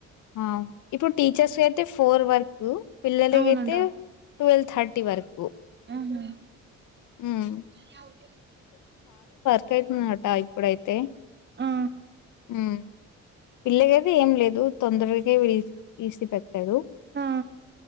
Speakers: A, on the left (about 80°); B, on the right (about 35°).
A: ఆ ఇప్పుడు టీచర్స్ అయితే ఫోర్ వర్క్ ఉ పిల్లకియితే
B: అవునంట
A: టువల్వ్ థ టి వరకు
B: ఆహా
A: ఉం
B: <unintelligible>
A: <unintelligible> ఆ ఇప్పుడైతే
B: ఆ
A: ఉం పిల్లగ ఐతే ఏం లేదు తొందరగా ఈసి పెట్టాడు
B: ఆ